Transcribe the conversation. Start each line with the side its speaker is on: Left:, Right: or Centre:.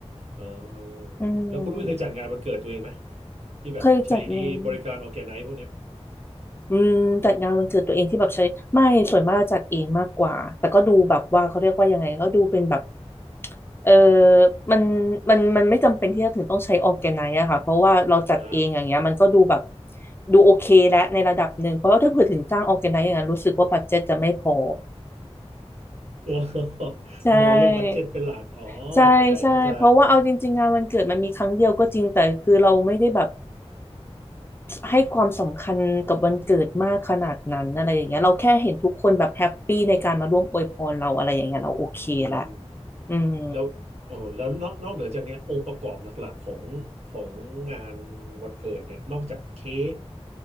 Right: เออ
Left: อืม
Right: แล้วคุณอุ้ยเคยจัดงานวันเกิดตัวเองไหมที่แบบใช้บริการออร์แกไนซ์พวกเนี้ย
Left: เคยจัดงาน อืมจัดงานวันเกิดตัวเองที่แบบใช้ไม่ส่วนมากจะจัดเองมากกว่าแต่ก็ดูแบบว่าเขาเรียกว่ายังไงก็ดูเป็นแบบเออมันมันมันไม่จำเป็นที่จะถึงต้องใช้ออร์แกไนซ์อะค่ะเพราะว่าเราจัดเองอย่างเงี้ยมันก็ดูแบบ
Right: อ่า
Left: ดูโอเคและในระดับหนึ่งเพราะว่าถ้าเผื่อถึงจ้างออร์แกไนซ์อย่างนั้นรู้สึกว่าบัดเจ็ตจะไม่พอ
Right: <laughs>
Left: ใช่
Right: มองเรื่องบัดเจ็ตเป็นหลักอ๋อ
Left: ใช่ใช่เพราะว่าเอาจริงๆงานวันเกิดมันมีครั้งเดียวก็จริงแต่คือเราไม่ได้แบบ
Right: เข้าใจเข้าใจ
Left: ให้ความสำคัญกับวันเกิดมากขนาดนั้นอะไรอย่างเงี้ยเราแค่เห็นทุกคนแบบแฮปปี้ในการมาร่วมอวยพรเราอะไรอย่างเงี้ยเราโอเคละ
Right: อืม
Left: อืม
Right: แล้วเออแล้วนอกนอกเหนือจากเนี้ยองค์ประกอบหลักๆของของงานวันเกิดเนี่ยนอกจากเค้ก